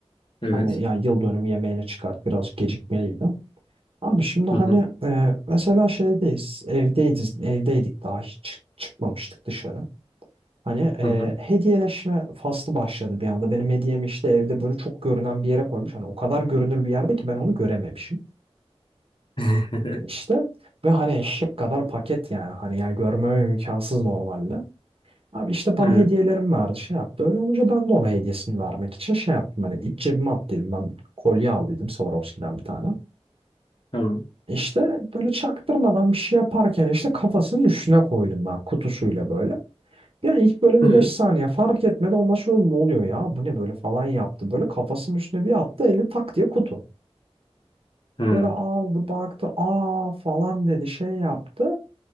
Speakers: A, on the left; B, on the right.
A: Evet.
B: Hani ya yıl dönümü yemeğine çıkart birazcık gecikmeliydi. Abi şimdi
A: Hı
B: hani
A: hı.
B: e, mesela şeydeyiz. Evdeydiz. Evdeydik daha hiç çık- çıkmamıştık dışarı. Hani e,
A: Hı hı.
B: hediyeleşme faslı başladı bir anda. Benim hediyemi işte evde böyle çok görünen bir yere koymuş. Hani o kadar görünür bir yerde ki ben onu görememişim.
A: <laughs>
B: E İşte ve hani eşek kadar paket yani. Hani yani görmem imkansız normalde. Abi işte bana
A: Evet.
B: hediyelerim vardı şey yaptı. Öyle olunca ben de ona hediyesini vermek için şey yaptım. Hani iç cebime at dedim. Ben kolye al dedim Swarovski'den bir tane.
A: Tamam.
B: E, İşte böyle çaktırmadan bir şey yaparken işte kafasının üstüne koydum ben kutusuyla böyle. Ya ilk böyle bir
A: Evet.
B: 5 saniye fark etmedi. Ondan sonra ne oluyor ya? Bu ne böyle falan yaptı. Böyle kafasının üstüne bir attı. Eli tak diye kutu.
A: Hı.
B: Böyle aldı baktı. Aa falan dedi. Şey yaptı.